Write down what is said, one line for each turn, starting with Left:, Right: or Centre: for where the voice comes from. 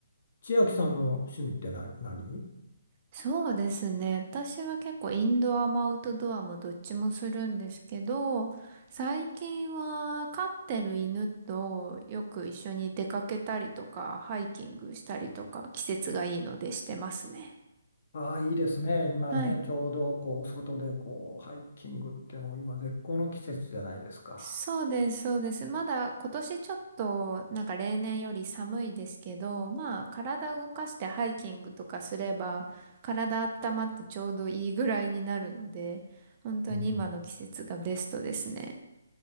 Left: 千秋さんの趣味ってな、何
Right: そうですね。私は結構インドアもアウトドアもどっちもするんですけど、最近は飼ってる犬とよく一緒に出かけたりとか、ハイキングしたりとか、季節がいいのでしてますね。
Left: ああ、いいですね。今ね、
Right: はい。
Left: ちょうどこう外でこうハイキングってもう今絶好の季節じゃないですか。
Right: そうです、そうです。まだ今年ちょっとなんか例年より寒いですけど、まあ体動かしてハイキングとかすれば体温まってちょうどいいぐらいになるので、本当に今の季節がベストですね。
Left: うん